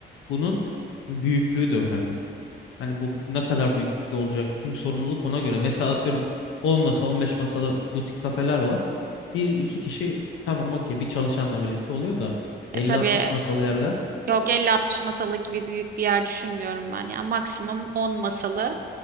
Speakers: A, on the left (about 80°); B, on the right (about 50°).
A: bunun büyüklüğü de önemli. Hani bu ne kadar büyüklükte olacak? Çünkü sorumluluk ona göre. Mesela atıyorum 10 masa 15 masalı butik kafeler var. Bir iki kişi tamam okey bir çalışanla birlikte oluyor da
B: E
A: 50-60
B: tabii
A: masalı yerler.
B: yok 50-60 masalı gibi büyük bir yer düşünmüyorum ben yani maksimum 10 masalı